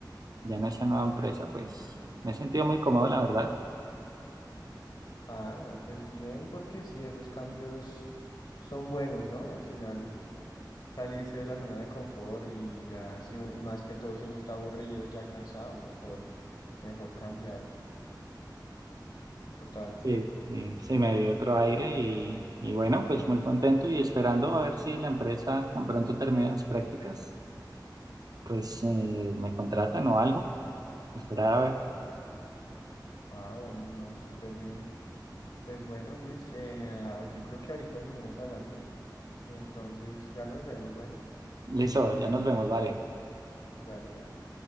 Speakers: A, on the right; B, on the left.
A: ya en esa nueva empresa pues me he sentido muy cómodo, la verdad.
B: Ah, no, pues bien, porque sí, esos cambios son buenos, ¿no? Al final, salirse de la zona de confort y ya, si, un- más que todo, si uno está aburrido y ya cansado, mejor, mejor cambiar. Total.
A: Sí, sí, sí, me dio otro aire y, y bueno, pues muy contento y esperando a ver si la empresa tan pronto termina las prácticas, pues eh, me contratan o algo. Esperar a ver.
B: Ah, bueno, no, súper bien. Pues bueno, Luis, eh, ah, yo creo que ahorita seguimos hablando. Entonces ya nos vemos. Bueno,
A: Listo, ya nos vemos, vale.
B: dale, dale.